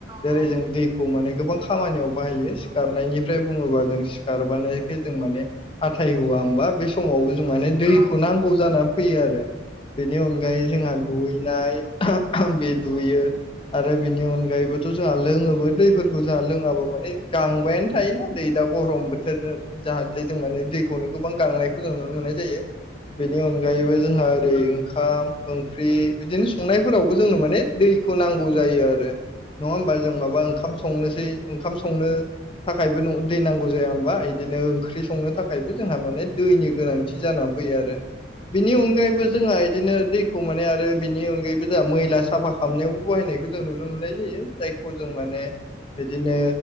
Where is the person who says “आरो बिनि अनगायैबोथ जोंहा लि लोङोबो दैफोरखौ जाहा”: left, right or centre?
Left